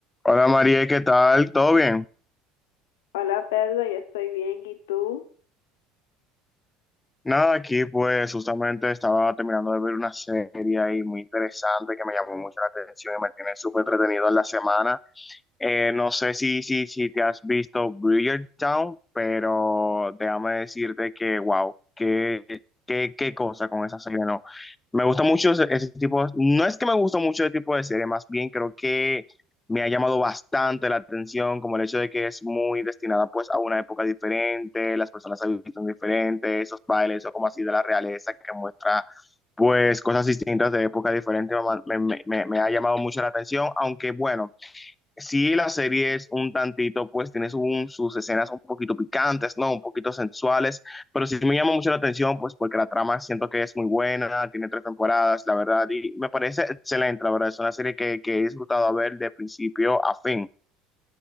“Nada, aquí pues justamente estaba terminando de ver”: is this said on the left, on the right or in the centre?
Left